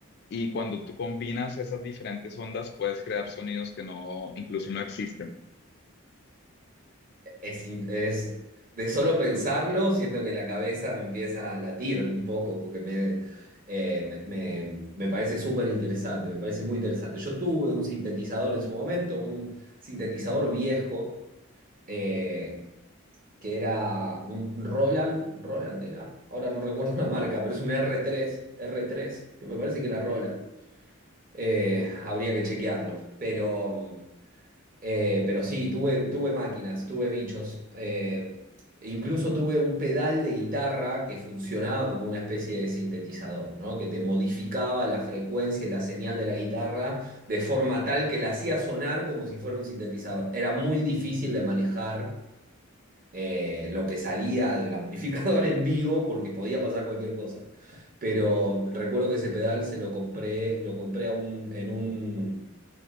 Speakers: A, on the left; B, on the right.
A: Y cuando tú combinas esas diferentes ondas, puedes crear sonidos que no, incluso no existen.
B: Es, in- es- de solo pensarlo, siento que la cabeza me empieza a latir un poco, porque me, eh, me, me- me parece súper interesante, me parece muy interesante. Yo tuve un sintetizador en su momento, un sintetizador viejo, eh, que era un Roland, Roland era, ahora no recuerdo la marca, pero es un r tres r tres que me parece que era Roland. Eh, habría que chequearlo, pero... Eh, pero sí, tuve, tuve máquinas, tuve bichos. eh, e incluso tuve un pedal de guitarra que funcionaba como una especie de sintetizador, ¿no? Que te modificaba la frecuencia y la señal de la guitarra de forma tal que la hacía sonar como si fuera un sintetizador. Era muy difícil de manejar. eh, lo que salía del <laughs> amplificador en vivo porque podía pasar cualquier cosa. Pero recuerdo que ese pedal se lo compré, lo compré a un, en un